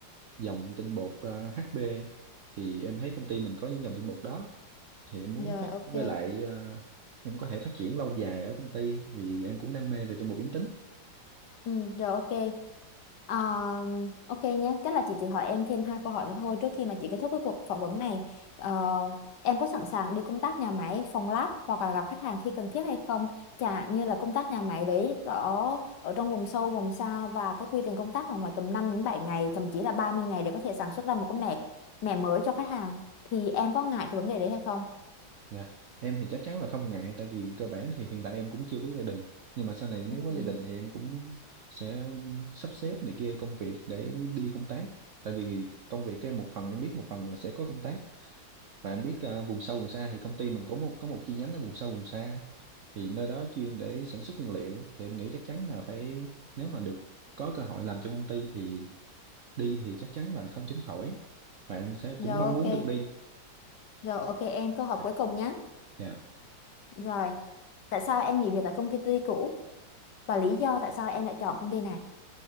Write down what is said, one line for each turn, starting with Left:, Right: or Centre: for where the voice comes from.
Right: dòng tinh bột ờ, HB thì em thấy công ty mình có những dòng tinh bột đó thì em muốn
Left: rồi
Right: phát
Left: ok
Right: với lại ờ, em có thể phát triển lâu dài ở công ty vì em cũng đam mê về tinh bột biến tính
Left: ừ, rồi ok Ờ, ok nhé, tức là chị chỉ hỏi em thêm hai câu hỏi nữa thôi trước khi mà chị kết thúc cái cuộc phỏng vấn này. Ờ, em có sẵn sàng đi công tác nhà máy, phòng lab hoặc là gặp khách hàng khi cần thiết hay không? Chả như là công tác nhà máy đấy ở ở trong vùng sâu, vùng xa và cái quy trình công tác khoảng ngoài tầm 5 đến 7 ngày, thậm chí là 30 ngày để có thể sản xuất ra một cái mẻ mẻ mới cho khách hàng. Thì em có ngại cái vấn đề đấy hay không?
Right: Dạ, em thì chắc chắn là không ngại tại vì cơ bản thì hiện tại em cũng chưa có gia đình. Nhưng mà sau này nếu
Left: Ừ.
Right: có gia đình thì em cũng sẽ sắp xếp này kia công việc để đi công tác. Tại vì công việc của em một phần em biết một phần là sẽ có công tác và em biết à, vùng sâu vùng xa thì công ty mình có một có một chi nhánh ở vùng sâu vùng xa thì nơi đó chuyên để sản xuất nguyên liệu thì em nghĩ chắc chắn là phải nếu mà được có cơ hội làm trong công ty thì đi thì chắc chắn là không tránh khỏi và em sẽ
Left: Rồi
Right: cũng mong
Left: ok,
Right: muốn được đi.
Left: rồi ok em câu hỏi
Right: Dạ.
Left: cuối cùng nhé.
Right: Dạ.
Left: Rồi, tại sao em nghỉ việc tại công ty cũ? và lý do tại sao em lại chọn công ty này.